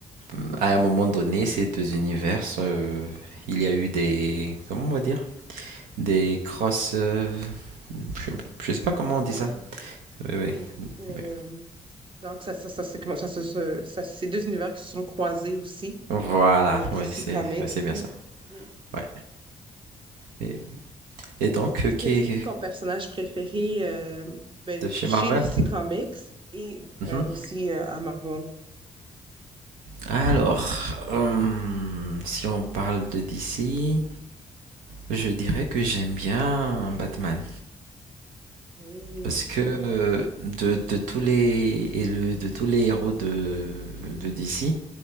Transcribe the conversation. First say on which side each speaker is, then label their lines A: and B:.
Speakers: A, on the right; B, on the right.
A: euh, à un moment donné, ces deux univers, euh, il y a eu des, comment on va dire, des cross, euh, je, je sais pas comment
B: Oui.
A: on dit ça. Oui, oui.
B: Des, euh,
A: mais-
B: donc ça, ça, ça, c'est comment- ça, se- se- ça, c'est deux univers qui se sont croisés aussi,
A: Voilà,
B: le DC
A: ouais, c'est,
B: Comics,
A: ouais, c'est bien
B: oui,
A: ça.
B: oui.
A: Ouais. Et, et donc, euh,
B: C'est
A: qui,
B: que- c'est
A: qui-
B: qui ton personnage préféré euh, ben,
A: de chez
B: chez
A: Marvel?
B: DC Comics et
A: Mhm.
B: euh, aussi euh, à Marvel?
A: Alors, hum, si on parle de DC. Je dirais que j'aime bien Batman
B: Oui.
A: parce que
B: Mhm.
A: euh, de, de tous les et le- de tous les héros de, de DC,